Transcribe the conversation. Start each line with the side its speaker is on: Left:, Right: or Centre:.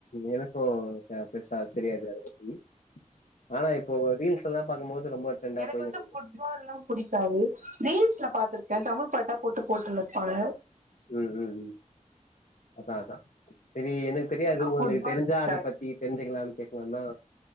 Left: எனக்கு பெ பெருசா தெரியாது அத பத்தி ஆனா இப்போ ரீல்ஸ் எல்லா பாக்கும்போது ரொம்ப ட்ரெண்டா
Right: எனக்கு
Left: போயினுருக்குது
Right: வந்து ஃபுட்பால்லா பிடிக்காது ரீல்ஸ்ல பாத்திருக்கே தமிழ் பாட்டா போட்டு போட்டு நிர்ப்பாங்க
Left: உம் உம் உம் அதா அதா செரி எனக்கு தெரியாது அது உங்களுக்கு
Right: ஃபுட்பால்
Left: தெரிஞ்சா
Right: புடிக்காது
Left: அத பத்தி தெரிஞ்சுக்கலானு கேக்கலானுதா